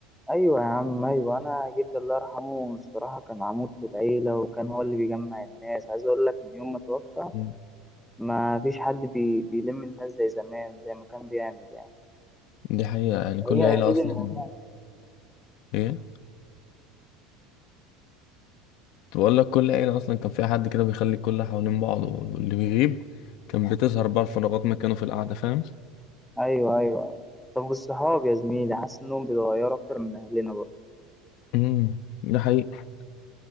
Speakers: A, in the centre; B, on the left.
A: أيوة يا عم أيوة أنا جدي الله يرحمه الصراحة كان عمود في العيلة وكان هو اللي بيجمع الناس عايز أقول لك من يوم ما توفى
B: مم.
A: ما فيش حد بي... بيلم الناس زي زمان زي ما كان بيعمل يعني
B: دي حقيقة يعني كل
A: هي
B: عيلة
A: أكيد
B: أصلا
A: الموضوع
B: إيه بقول لك كل عيلة أصلا كان فيها حد كده بيخلي الكل حوالين بعض واللي بيغيب كان بتظهر بقى الفراغات مكانه في القعدة فاهم؟
A: أيوة أيوة طب والصحاب يا زميلي حاسس إنهم بيتغيروا أكتر من أهلنا برضه.
B: امم ده حقيقي